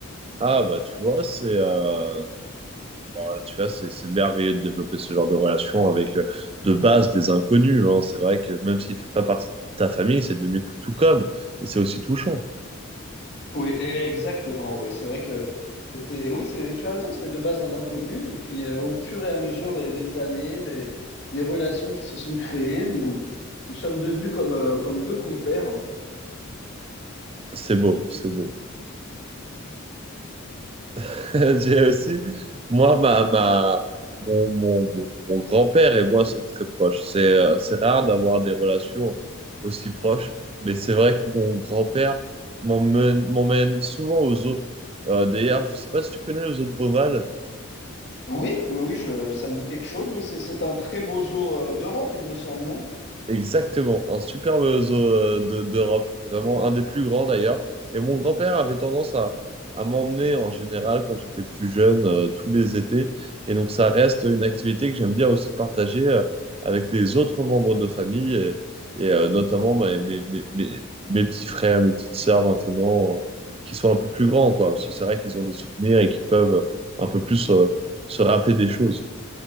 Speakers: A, on the right; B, on the left.
A: Ah bah tu vois c'est euh, voilà, tu vois c'est c'est merveilleux de développer ce genre de relation avec euh, de base des inconnus hein. C'est vrai que même s'il fait pas partie de ta famille c'est devenu tout comme et c'est aussi touchant
B: Oui, e- exactement. Oui, c'est vrai que c'était. Oui, c'est. Tu as raison. C'était de base un inconnu, et puis euh, au fur et à mesure des, des années, des, des relations qui se sont créées, nous nous sommes devenus comme euh, comme deux compères. hein.
A: c'est beau c'est beau <laughs> J'ai aussi, moi, ma, ma- mon, mon- mon- grand-père et moi sommes très proches. C'est euh, c'est rare d'avoir des relations aussi proches, mais c'est vrai que mon grand-père m'emmène m'emmène souvent aux zoos. Euh, d'ailleurs, je ne sais pas si tu connais le zoo de Beauval.
B: Oui, oui, oui. Je, ça me dit quelque chose. Oui, c'est c'est un très beau zoo euh, d'Europe, il me semble, non?
A: Exactement, un superbe zoo euh, de- d'Europe, vraiment un des plus grands d'ailleurs. Et mon grand-père avait tendance à, à m'emmener en général quand j'étais plus jeune, euh, tous les étés. Et donc ça reste une activité que j'aime bien aussi partager euh, avec les autres membres de famille et, et, euh, notamment mes, mes, mes, mes- mes petits frères, mes petites sœurs maintenant, euh, qui sont un peu plus grands, quoi. Parce que c'est vrai qu'ils ont des souvenirs et qui peuvent un peu plus euh, se rappeler des choses.